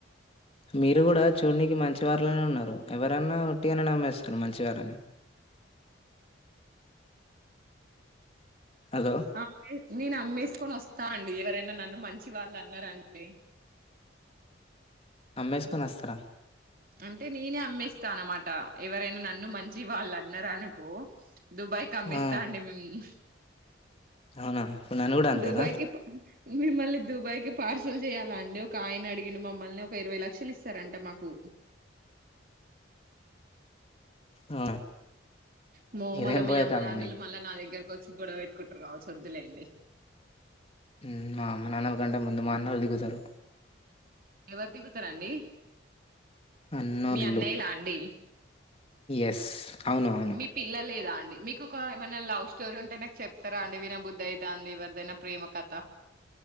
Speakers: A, on the left; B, on the right.
A: మీరు కూడా చూడనికి మంచి వారులోనే ఉన్నారు ఎవరనా ఒట్టిగానే నమ్మేస్తారు మంచివారని హలో
B: అమ్ే నేను అమ్మేసుకొని వస్తాను అండి ఎవ ఎవరైనా నన్ను మంచి వాళ్ళు అన్నారంటే
A: నమ్మేసుకొని వస్తారా
B: అంటే నేనే అమ్మేస్తా అన్నమాట ఎవరైనా నన్ను మంచి వాళ్ళని అన్నారనుకో దుబాయ్కి అమ్మిస్తా
A: ఆ
B: అండి మేము
A: అవునా ఇప్పుడు నన్ను కూడా అంతేనా
B: దుబాయ్కి మిమ్మల్ని దుబాయ్కి పార్సల్ చేయాలా అండి ఒక ఆయన అడిగిన మమ్మల్ని ఒక ఇరవై లక్షలు ఇస్తారంట మాకు
A: ఆ
B: మ్మో
A: ఇదేం
B: మళ్ళా మీ
A: పోయే
B: అమ్మ
A: కాలం
B: నాన్నలు
A: మీకు
B: మళ్ళా నా దగ్గరకు వస్త వచ్చి గొడవ పెట్టుకుంటారు కావాచ్చు వద్దులెండి
A: ఉ మా అమ్మని అనకు అండి ముందు మా అన్నాల్లు దిగుతారు
B: ఎవరు దిగుతారండి
A: అన్నోళ్లు
B: మీ అన్నయ్యలా అండి
A: ఎస్ అవును అవును
B: మీ పిల్ల లేదా మీకు ఒక ఏమైనా లవ్ స్టోరీ ఉంటే నాకు చెప్తారా అండి వినబుద్ధ అయితాంది ఎవరిదైనా ప్రేమ కథ